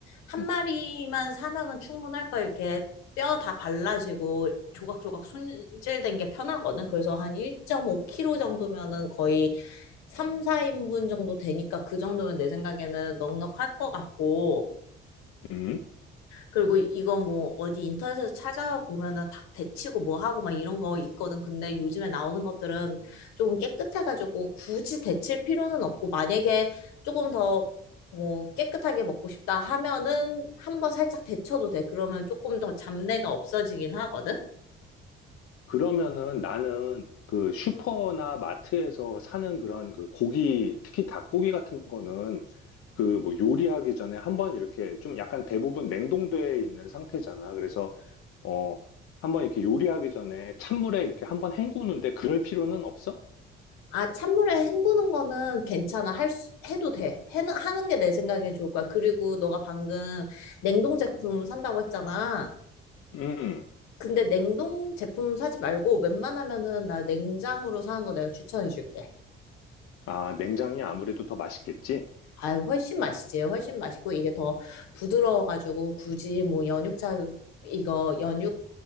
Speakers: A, on the left (about 65°); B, on the left (about 50°).
A: 한
B: 음.
A: 마리만 사면은 충분할 거야. 이렇게 뼈 다 발라지고 조각조각 손질된 게 편하거든. 그래서 한 1.5kg 정도면은 거의 3, 4인분 정도 되니까 그 정도면 내 생각에는 넉넉할 것 같고.
B: 음.
A: 그리고 이- 이거 뭐 어디 인터넷에서 찾아보면은 닭 데치고 뭐 하고 막 이런 거 있거든. 근데 요즘에 나오는 것들은 조금 깨끗해가지고 굳이 데칠 필요는 없고 만약에 조금 더 뭐 깨끗하게 먹고 싶다 하면은 한번 살짝 데쳐도 돼. 그러면 조금 더 잡내가 없어지긴 하거든.
B: 그러면은 나는 그 슈퍼나 마트에서 사는 그런 그 고기, 특히 닭고기 같은 거는 그 뭐 요리하기 전에 한번 이렇게 좀 약간 대부분 냉동돼 있는 상태잖아. 그래서 어, 한번 이렇게 요리하기 전에 찬물에 이렇게 한번 헹구는데 그럴 필요는 없어?
A: 아, 찬물에 헹구는 거는 괜찮아. 할 수, 해도 돼. 해는, 하는 게 내 생각엔 좋을 거야. 그리고 너가 방금 냉동 제품 산다고 했잖아.
B: 음.
A: 근데 냉동 제품 사지 말고 웬만하면은 나 냉장으로 사는 거 내가 추천해 줄게.
B: 아, 냉장이 아무래도 더 맛있겠지?
A: 아유, 훨씬 맛있지. 훨씬 맛있고 이게 더 부드러워가지고 굳이 뭐 연육자, 이거 연육